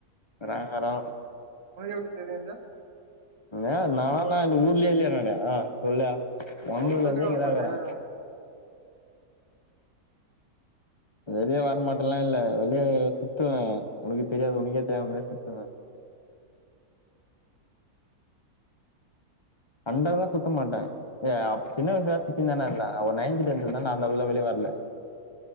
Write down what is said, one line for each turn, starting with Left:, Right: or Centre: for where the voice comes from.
Left: ஒரு ஆங்காரோ
Right: உனக்கு எப்படி தெரியாது
Left: ஏ நானா நா இந்த ஊர்லே இல்லயே நானு ஆ சொல்லு பொறந்ததுலேந்தே
Right: அவ்வளவு வெளியே வர
Left: இங்கதா
Right: மாட்டேன்
Left: க்குறே வெளிய வரமாட்டல்லா இல்ல வெளிய சுத்துவ உனக்கு தெரியாது உனக்கே தெரியாம வெளிய சுத்துவ அண்டகா சுத்த மாட்ட யப் சின்ன வயசுல சுத்தி தானந்த அவ நைன்த் டென்த் தா அந்தளவுல வெளிய வரல